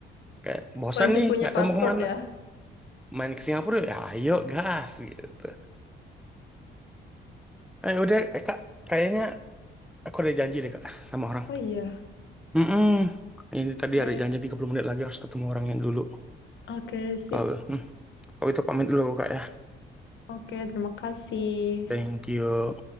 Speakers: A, in the centre; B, on the left.
A: Kayak bosan
B: Wajib
A: nih,
B: punya
A: nggak tahu
B: paspor
A: mau kemana.
B: ya.
A: Main ke Singapura, ya ayo gas gitu. Eh udah, eh, Kak, kayaknya aku ada janji deh Kak sama orang.
B: Oh iya.
A: Mm-mm. Ini tadi
B: Oke.
A: ada janji 30 menit lagi harus ketemu orang yang dulu.
B: Oke, sip.
A: Kalau hmm, kalau itu pamit dulu Kak ya.
B: Oke, terima kasih.
A: Thank you.